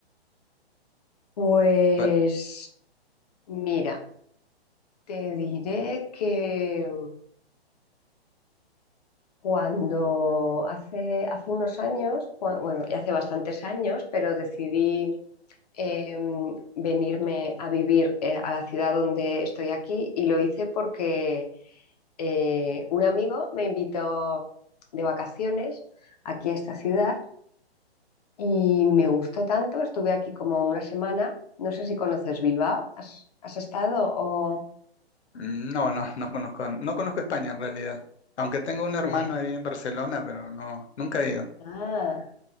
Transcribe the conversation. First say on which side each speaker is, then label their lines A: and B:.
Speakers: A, on the left (about 40°); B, on the left (about 85°).
A: Pues
B: Pa-
A: mira, te diré que cuando hace, hace unos años, cua- bueno, ya hace bastantes años, pero decidí eh, venirme a vivir eh, a la ciudad donde estoy aquí y lo hice porque eh, un amigo me invitó de vacaciones aquí a esta ciudad y me gustó tanto, estuve aquí como una semana, no sé si conoces Bilbao, ¿has, has estado o...?
B: no, no, no conozco, no conozco España en realidad. Aunque tengo un hermano
A: Vale.
B: ahí en Barcelona, pero no, nunca he ido.
A: Ah,